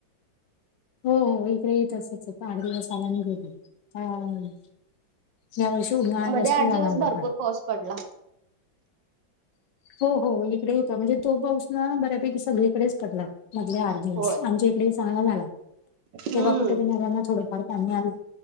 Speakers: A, on the left; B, on the right.
A: हो हो. इकडे ही तसच आहे. आठ दिवस आला आणि गेला. या वर्षी उन्हाळा
B: मध्ये
A: जास्त
B: आठ
A: जाणवला
B: दिवस भरपूर
A: पण.
B: पाऊस पडला.
A: हो हो. इकडे बी होता. म्हणजे तो पाऊस ना बऱ्यापैकी सगळीकडेच पडला. मधले आठ दिवस
B: होय
A: आमच्या इकडे चांगला झाला. तेव्हा
B: हम्म.
A: कुठेतरी नद्यांना थोडंफार पाणी आलं.